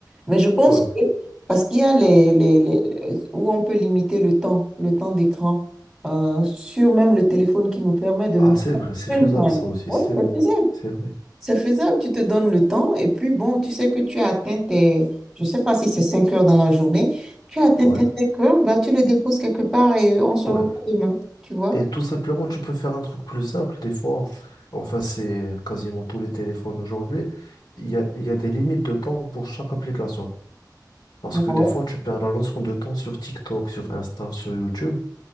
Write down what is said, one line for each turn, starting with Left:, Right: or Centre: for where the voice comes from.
Centre: Mais je pense
Left: Ouais.
Centre: que, parce qu'il y a les, les, les- où on peut limiter le temps, le temps d'écran, euh, sur même le téléphone qui nous permet de
Left: Ah,
Centre: le
Left: c'est vrai, c'est
Centre: faire.
Left: faisable ça aussi,
Centre: Ouais,
Left: c'est
Centre: c'est
Left: vrai.
Centre: faisable.
Left: C'est vrai.
Centre: C'est faisable, tu te donnes le temps et puis bon, tu sais que tu as atteint tes, je sais pas si c'est 5 heures dans la journée, tu as atteint
Left: Ouais,
Centre: tes 5 heures, bah, tu le déposes quelque part et on se
Left: ouais.
Centre: revoit demain, tu vois?
Left: Et tout simplement, tu peux faire un truc plus simple. Des fois, enfin, c'est quasiment tous les téléphones aujourd'hui. Il y a, il y a des limites de temps pour chaque application. Parce
Centre: Ah
Left: que des
Centre: ouais.
Left: fois, tu perds la notion de temps sur TikTok, sur Insta, sur YouTube.